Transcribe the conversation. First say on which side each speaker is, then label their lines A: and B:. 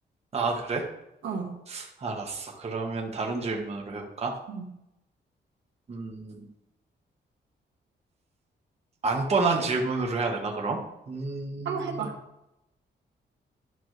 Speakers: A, on the right (about 35°); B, on the right (about 85°).
A: 아 그래?
B: 어,
A: 알았어. 그러면 다른 질문으로 해볼까?
B: 음.
A: 음, 안 뻔한 질문으로 해야 되나 그럼? 음,
B: 한번 해봐.